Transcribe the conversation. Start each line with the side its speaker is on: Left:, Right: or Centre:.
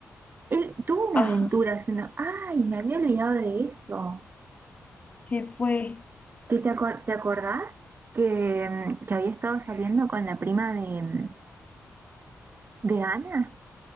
Right: Él tuvo una
Left: ajá,
Right: aventura hace uno. ¡Ay! Me había olvidado de eso.
Left: ¿qué fue?
Right: ¿Qué te acor- te acordás? Que, mm, que había estado saliendo con la prima de. mm, ¿De Ana?